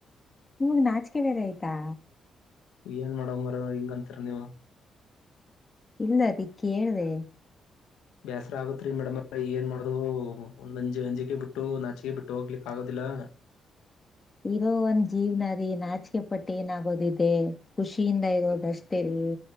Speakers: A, on the left; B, on the left.
A: ನಿಮಗ ನಾಚಿಕೆ ಬೇರೆ ಆಯ್ತಾ.
B: ಏನ್ ಮಡೆಮ್ ಅವ್ರೆ ಹಿಂಗ ಅಂತರ ನೀವು.
A: ಇಲ್ಲರೀ ಕೇಳ್ದ.
B: ಬ್ಯಾಸ್ರ ಆಗತ್ರಿ ಮೇಡಮ್ ಅವ್ರೆ ಏನ್ ಮಾಡೋದು ಒಂದುಂಜ ಅಂಜಿಕೆ ಬಿಟ್ಟು ನಾಚಿಕೆ ಬಿಟ್ಟು ಹೋಗ್ಲಿಕ ಆಗೋದಿಲ್ಲಾ.
A: ಇರೋ ಒಂದ ಜೀವ್ನರೀ ನಾಚಿಕೆ ಪಟ್ಟ ಏನಾಗೋದಿದೆ. ಖುಷಿಯಿಂದ ಇರೋದಷ್ಟೇ ರೀ.